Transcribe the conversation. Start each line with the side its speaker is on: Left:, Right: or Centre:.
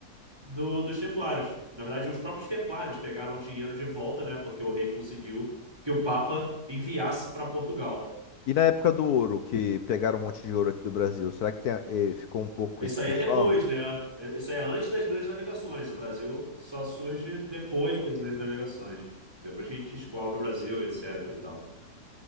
Right: do- dos Templários. Na verdade, os próprios Templários pegaram o dinheiro de volta, né? Porque o rei conseguiu que o Papa enviasse para Portugal.
Left: E na época do ouro, que pegaram um monte de ouro aqui do Brasil, será que tem, a- eh, ficou um pouco com
Right: Isso
Left: esse
Right: aí
Left: pessoal?
Right: é depois, né? É- Isso é antes das grandes navegações. O Brasil só surge depois das grandes navegações. Depois que a gente descobre o Brasil, etc. e tal.